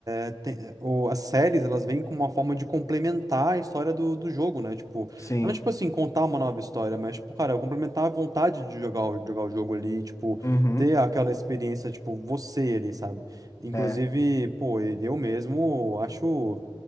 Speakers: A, on the right (about 45°); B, on the left (about 35°).
A: é, tem- o- As séries, elas vêm com uma forma de complementar a história do, do jogo, né? Tipo,
B: Sim.
A: não tipo assim, contar uma nova história, mas, tipo, cara, complementar a vontade de jogar, o- jogar o jogo ali, tipo,
B: Uhum.
A: ter aquela experiência, tipo, você ali, sabe? Inclusive,
B: É,
A: pô, eu mesmo acho.